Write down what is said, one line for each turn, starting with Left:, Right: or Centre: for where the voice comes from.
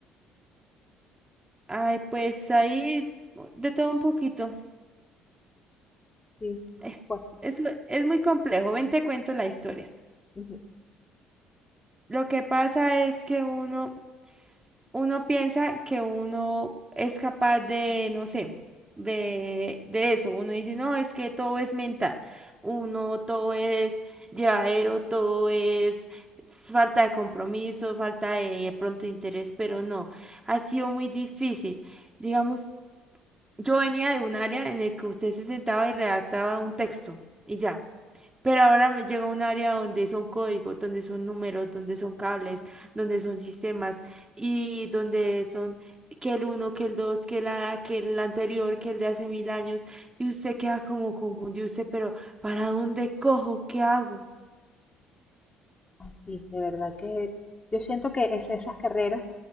Right: Ay, pues ahí de todo un poquito.
Left: Sí,
Right: Es,
Left: bueno,
Right: es, es muy complejo. Ven, te cuento la historia.
Left: ujú.
Right: Lo que pasa es que uno uno piensa que uno es capaz de, no sé, de, de eso. Uno dice, no, es que todo es mental. Uno, todo es llevadero, todo es falta de compromiso, falta de, de pronto interés, pero no, ha sido muy difícil. Digamos, yo venía de un área en el que usted se sentaba y redactaba un texto y ya. Pero ahora me llega a un área donde son códigos, donde son números, donde son cables, donde son sistemas y donde son que el uno, que el dos, que la, que el anterior, que el de hace mil años. Y usted queda como confundido, usted, pero ¿para dónde cojo? ¿Qué hago?
Left: Ay, sí, de verdad que yo siento que es esas carreras